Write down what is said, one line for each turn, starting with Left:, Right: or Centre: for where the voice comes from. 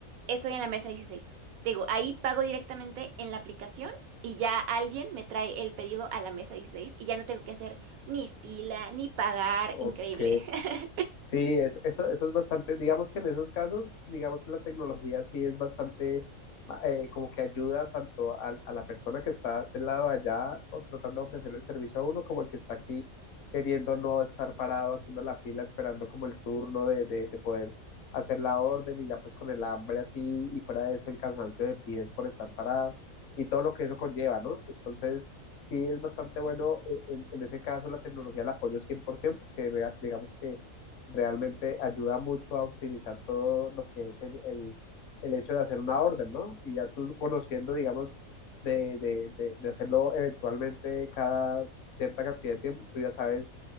Right: Estoy en la mesa 16. Te digo, ahí pago directamente en la aplicación y ya alguien me trae el pedido a la mesa 16 y ya no tengo que hacer ni fila ni pagar.
Left: Ok,
Right: Increíble. <laughs>
Left: Sí, es- eso, eso es bastante, digamos que en esos casos, digamos que la tecnología sí es bastante, eh, como que ayuda tanto a, a la persona que está del lado de allá o tratando de ofrecer el servicio a uno, como el que está aquí queriendo no estar parado haciendo la fila, esperando como el turno de, de, de poder hacer la orden y ya pues con el hambre así y fuera de eso el cansancio de pies por estar parado y todo lo que eso conlleva, ¿no? Entonces... Sí, es bastante bueno eh, en, en ese caso la tecnología la apoyo 100% porque rea- digamos que realmente ayuda mucho a optimizar todo lo que es el, el- el hecho de hacer una orden, ¿no? Y ya tú conociendo, digamos, de, de, de, de hacerlo eventualmente cada cierta cantidad de tiempo, tú ya sabes